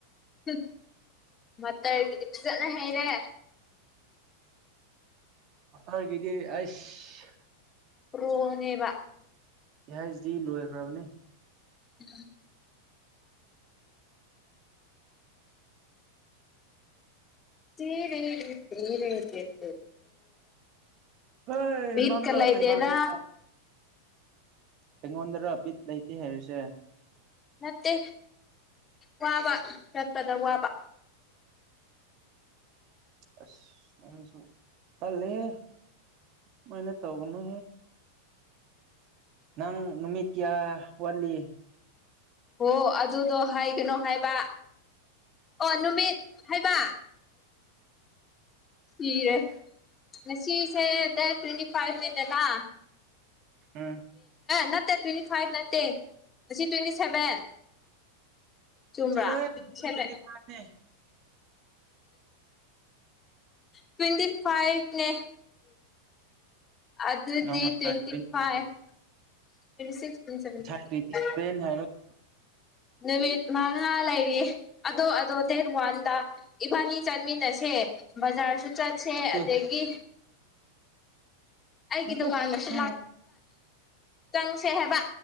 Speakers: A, on the left (about 20°); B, on the right (about 40°).
A: ꯎꯝ ꯃꯇꯔꯒꯤꯗꯤ ꯐꯖꯅ ꯍꯩꯔꯦ꯫
B: ꯃꯇꯔꯒꯤꯗꯤ ꯑꯁ
A: ꯄꯔꯣꯅꯦꯕ꯫
B: ꯄꯤ ꯍꯩꯁ ꯗꯤ ꯂꯣꯏꯈ꯭ꯔꯕꯅꯤ꯫
A: ꯎꯝ꯫ ꯇꯦꯔꯦꯔꯦ ꯇꯦꯔꯦꯔꯦ ꯇꯦꯠꯇꯦ꯫
B: ꯍꯣꯏ
A: ꯕꯤꯠꯀ
B: ꯃꯪꯂꯥ
A: ꯂꯩꯇꯦꯗ꯫
B: ꯇꯥꯏꯕꯪꯂꯥ ꯑꯩꯉꯣꯟꯗꯔ ꯕꯤꯠ ꯂꯩꯇꯦ ꯍꯥꯏꯔꯤꯁꯦ꯫
A: ꯅꯠꯇꯦ ꯋꯥꯕ ꯆꯠꯄꯗ ꯋꯥꯕ꯫
B: ꯑꯁ ꯅꯪꯁꯨ ꯇꯜꯂꯦꯍꯦ ꯑꯗꯨꯃꯥꯏꯅ ꯇꯧꯒꯅꯨ ꯅꯪ ꯅꯨꯃꯤꯠ ꯀꯌꯥ ꯋꯥꯠꯂꯤ꯫
A: ꯑꯣ ꯑꯗꯨꯗꯣ ꯍꯥꯏꯒꯅꯣ ꯍꯥꯏꯕ ꯑꯣ ꯅꯨꯃꯤꯠ ꯍꯥꯏꯕ꯫ ꯁꯤꯔꯦ ꯉꯁꯤꯁꯦ ꯗꯦꯠ ꯇ꯭ꯋꯦꯟꯇꯤ ꯐꯥꯏꯚꯅꯤꯗꯅ꯫
B: ꯎꯝ
A: ꯅꯠꯇꯦ ꯇ꯭ꯋꯦꯟꯇꯤ ꯐꯥꯏꯚ ꯅꯠꯇꯦ ꯉꯁꯤ ꯇ꯭ꯋꯦꯟꯇꯤ ꯁꯦꯚꯦꯟ꯫ ꯆꯨꯝꯕ꯭ꯔꯥ
B: ꯆꯂꯣꯍꯦ
A: ꯇ꯭ꯋꯦꯟꯇꯤ
B: ꯉꯁꯤ
A: ꯁꯦꯚꯦꯟ
B: ꯇꯋꯦꯟꯇꯤꯐꯥꯏꯚꯅꯤ꯫
A: ꯇ꯭ꯋꯦꯟꯇꯤ ꯐꯥꯏꯚꯅꯦ꯫ ꯑꯗꯨꯗꯤ
B: ꯅꯪ ꯉꯁꯥꯏ
A: twenty
B: twenty
A: five twenty six ꯇꯋꯦꯟꯇꯤ
B: ꯉꯁꯥꯏ ꯇ꯭ꯋꯦꯟꯇꯤ
A: ꯁꯦꯕꯦꯟ꯫
B: ꯁꯚꯦꯟ ꯍꯥꯏꯔꯒ
A: ꯅꯨꯃꯤꯠ ꯃꯉꯥ ꯂꯩꯔꯤ ꯑꯗꯣ ꯑꯗꯣ ꯗꯦꯠ ꯋꯥꯟꯗ꯫ ꯏꯕꯥꯅꯤ ꯆꯠꯃꯤꯟꯅꯁꯦ ꯕꯖꯥꯔꯁꯨ ꯆꯠꯁꯦ ꯑꯗꯒꯤ꯫
B: ꯑꯦ
A: ꯑꯩꯒꯤ
B: ꯅꯠꯇꯦ
A: ꯗꯨꯀꯥꯟꯗꯁꯨ
B: ꯅꯪ
A: ꯆꯪꯁꯦ ꯍꯥꯏꯕ